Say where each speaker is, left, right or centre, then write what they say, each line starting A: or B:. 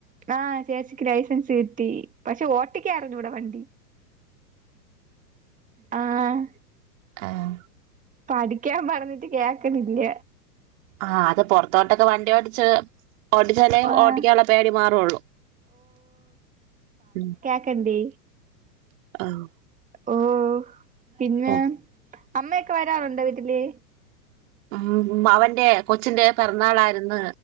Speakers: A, on the right; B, on the right.
A: ആഹ് ചേച്ചിക്ക് ലൈസൻസ് കിട്ടി പക്ഷെ ഓട്ടിക്ക്യാ അറിഞ്ഞൂട വണ്ടി. ആഹ്
B: ആഹ്
A: പഠിക്ക്യാൻ പറഞ്ഞിട്ട് കേക്ണില്ല.
B: ആഹ് അത് പുറത്തോട്ടൊക്കെ വണ്ടി ഓടിച്ച് ഓട്ടിച്ചാലെ
A: ആഹ്
B: ഓട്ടിക്ക്യാള്ള പേടി മാറൊള്ളൂ ഉം
A: ക്കണ്ടേ
B: ആഹ്
A: ഓഹ് പിന്നെ,
B: ഓ
A: അമ്മയൊക്കെ വരാറുണ്ടോ വീട്ടില്?
B: ഉമ് അവന്റെ കൊച്ചിന്റെ പിറന്നാളായിരുന്ന്